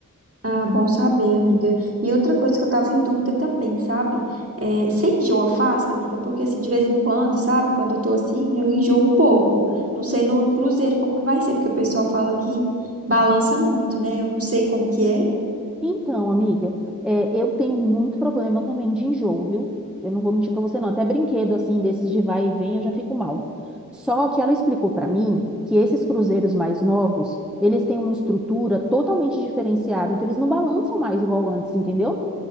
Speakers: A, on the right; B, in the centre.
A: Ah, bom saber, amiga. E outra coisa que eu tava em dúvida também, sabe? É, você enjoa fácil, amiga? Porque assim, de vez em quando, sabe? Quando eu tô assim, eu enjoo um pouco. Não sei no, no cruzeiro como que vai ser, porque o pessoal fala que balança muito, né? Eu não sei como que é.
B: Então, amiga, é, eu tenho muito problema também de enjoo, viu? Eu não vou mentir pra você, não. Até brinquedo assim, desses de vai e vem, eu já fico mal. Só que ela explicou pra mim que esses cruzeiros mais novos, eles têm uma estrutura totalmente diferenciada, então eles não balançam mais igual antes, entendeu?